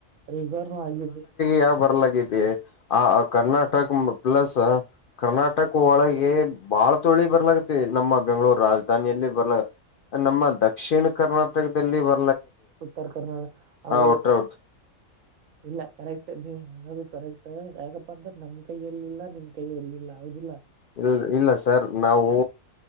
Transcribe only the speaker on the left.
ಯ ಬರ್ಲ ಆ ಕರ್ನಾಟಕ ಪ್ಲಸ್ ಕರ್ನಾಟಕ ಒಳಗೆ ಬಾಳ್ ತೊಳಿ ಬರ್ಲಾಗತ್ತೆ ನಮ್ಮ ಬೆಂಗ್ಗಳೂರ್ ರಾಜಧಾನಿಯಲ್ಲಿ ಬರ್ಲ ನಮ್ಮ ದಕ್ಷಿಣ ಕರ್ನಾಟಕದಲ್ಲಿ ಬ
ಔಟ್ ಔಟ್
ಇಲ್ ಇಲ್ಲ ಸರ್ ನಾವು